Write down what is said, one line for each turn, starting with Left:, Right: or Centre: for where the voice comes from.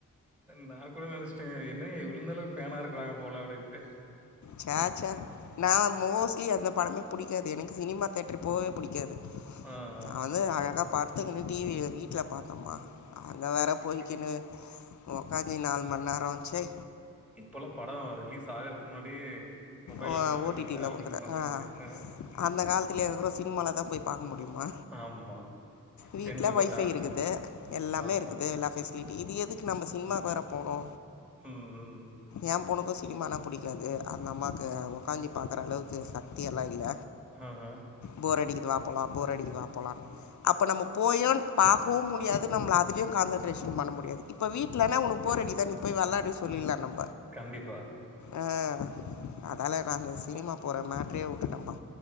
Centre: நா கூட நெனைச்சிட்டேங்க என்ன யா இவ்ளோ நல்லா ஃபேனா இருக்கறாங்க போல அப்டின்ட்டு
Left: சேச்ச நா மோஸ்ட்லி எந்த படமே புடிக்காது எனக்கு சினிமா தேட்டரு போவே புடிக்காது
Centre: ஆ, ஆ.
Left: அது அழகா படுத்துகினு டி வி வீட்ல பாத்தோம்மா அங்க வேற
Centre: சரி.
Left: போய்க்கினு உக்காஞ்சி நால் மண்நேர சை
Centre: இப்போலா படோ ரிலீஸ் ஆகிறதுக்கு முன்னாடியே மொபைல்ல
Left: ஓ
Centre: வந்துருது
Left: ஓ
Centre: இல்லைங்களா?
Left: டி டி ல வந்துடு
Centre: லிங்க்
Left: ங்க
Centre: வந்துருது. அ.
Left: அந்த காலத்துல எவ்ரு சினிமால தா போய் பாக்க முடியுமா
Centre: ஆமா.
Left: வீட்ல
Centre: டென்ட் கொட்டா.
Left: ஒய்ஃபை இருக்குது எல்லாமே
Centre: ஆமா.
Left: இருக்குது எல்லா ஃபெசிலிட்டி இது எதுக்கு நம்ம சினிமாவுக்கு வேற போணு
Centre: ம் ம்
Left: எ பொண்ணுக்கு சினிமானா புடிக்காது அந்த அம்மாக்கு உக்காஞ்சி பாக்குற அளவுக்கு சக்தியெல்லா இல்ல
Centre: ஆஹ.
Left: போர் அடிக்குது வாப் போலா போர் அடிக்குது வாப் போலா அப்ப நம்ம போயு பாக்கவு முடியாது நம்பிள அதுலயு கான்சன்ரேஷன் பண்ண முடியாது இப்ப வீட்லனா உனக்கு போர் அடிக்குதா நீ போய்‌ வெளாடு சொல்லிலா நம்போ
Centre: கண்டிப்பா
Left: ஆ அதால நாங்க சினிமா போற மேட்ரே வுட்டுடம்ப்பா